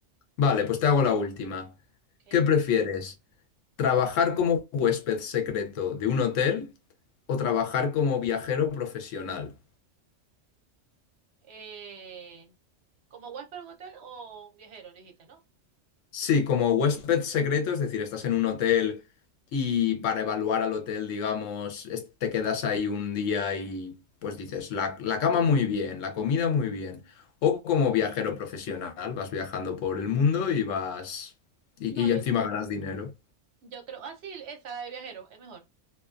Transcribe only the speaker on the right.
¿Ok?
Eh, ¿como huésped en un hotel o viajero, dijiste, no?
No,
yo,
yo creo. Ah, sí, esa, la de viajero, es mejor.